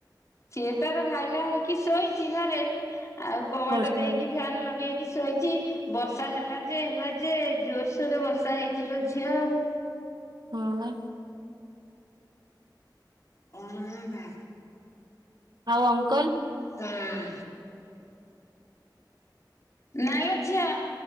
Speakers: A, on the left (about 40°); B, on the right (about 65°).
A: ସିଏ ତାର ଘାଇଲା ହେଇକି ଶୋଇଛି ଘରେ, ଆଉ କବାଟ
B: ବର୍ଷା
A: ଦେଇକି ଫ୍ୟାନ୍ ଲଗେଇକି ଶୋଇଛି। ବର୍ଷା ହେଲା ଯେ ହେଲା ଯେ ଜୋରସୋରରେ ବର୍ଷା ହେଇଛି ଲୋ ଝିଅ ଆଉ।
B: ହଁ ପା।
A: କଣ ହେଲା?
B: ଆଉ ଅଙ୍କଲ?
A: ହଁ। ନା ଲୋ ଝିଅ।